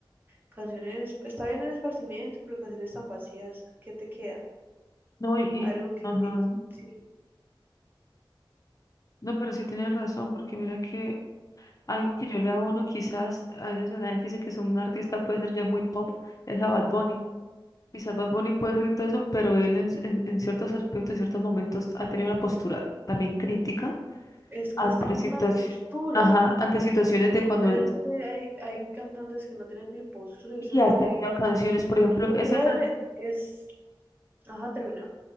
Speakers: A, on the right (about 20°); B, on the left (about 40°).
A: Canciones, está bien el esparcimiento, pero canciones tan vacías, ¿qué te queda?
B: No, y, y-
A: Algo que,
B: ajá.
A: que- que sí,
B: No, pero sí tienes razón, porque mira que algo que yo le abono, quizás a veces la gente dice que es un artista, puede ser ya muy pop, es a Bad Bunny. Quizás Bad Bunny puede ser y todo eso, pero él en, en en ciertos aspectos, en ciertos momentos ha tenido una postura también crítica
A: es que
B: ante
A: es tener
B: situaci-
A: una postura.
B: ajá, ante situaciones de cuando
A: Es que hay, hay cantantes que no tienen ni postura y
B: y
A: eso es
B: has
A: lo que yo
B: tenido
A: digo.
B: canciones, por
A: Y,
B: ejemplo, esa
A: y él
B: can-
A: es, ajá, terminó.